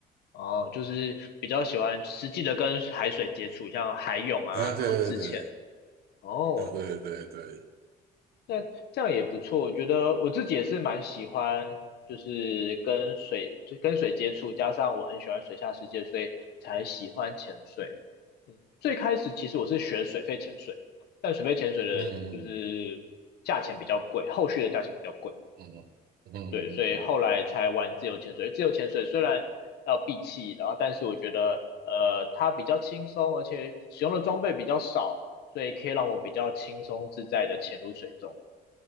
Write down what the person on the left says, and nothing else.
哦，就是比较喜欢实际的跟海水接触，像海泳啊，
然后自潜。
哦，
那这样也不错。我觉得我自己也是蛮喜欢，就是跟水就跟水接触，加上我很喜欢水下世界，所以才喜欢潜水。嗯，最开始其实我是学水肺潜水，但水肺潜水的就是价钱比较贵，
后续的价钱比较贵。
对，所以后来才玩自由潜水。自由潜水虽然要闭气，然后但是我觉得呃它比较轻松，而且使用的装备比较少，所以可以让我比较轻松自在的潜入水中。